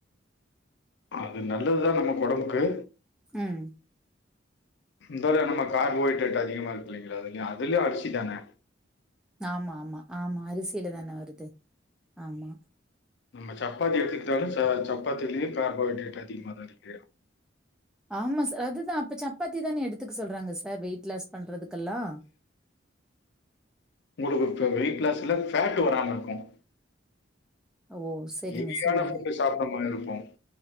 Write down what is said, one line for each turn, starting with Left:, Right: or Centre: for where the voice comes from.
Left: அது நல்லதுதா நமக் ஒடம்புக்கு
Centre: ம்
Left: இப்பதா நம்ம கார்போஹைட்ரேட் அதிகமா இருக்கு இல்லைங்ளா அதுலியு அதுலியு அரிசி தான
Centre: ஆமா ஆமா ஆமா அரிசில தான வருது ஆமா
Left: நம்ம சப்பாத்தி எடுத்துக்கிட்டாலு ச சப்பாத்திலியு கார்போஹைட்ரேட் அதிகமாதா இருக்கு
Centre: ஆமா சா அதுதா அப்ப சப்பாத்தி தானே எடுத்துக்க சொல்றாங்க சார் வெயிட் லாஸ் பண்றதுக் க்கலா
Left: உங்களுக்கு இப்ப வெயிட் லாஸ்ல ஃபேட்டு வராம இருக்கும்
Centre: ஓ! சரிங்க,
Left: எவியான
Centre: சரிங்க,
Left: ஃபுட்டு சாப்டாம கொஞ்ச இருப்போ